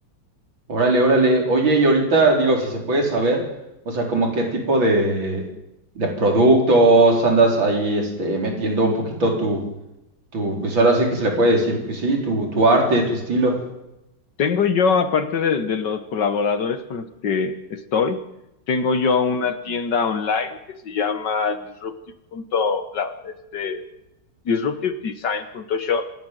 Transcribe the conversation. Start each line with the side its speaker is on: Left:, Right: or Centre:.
Right: órale, órale. Oye, y ahorita digo, si se puede saber, o sea, como qué tipo de, de productos andas ahí este, metiendo un poquito tu, tu, pues ahora sí que se le puede decir, pues sí, tu, tu arte, tu estilo.
Left: Tengo yo, aparte de, de los colaboradores con los que estoy, tengo yo una tienda online que se llama disruptive. punto- la- este, disruptivedesign.shop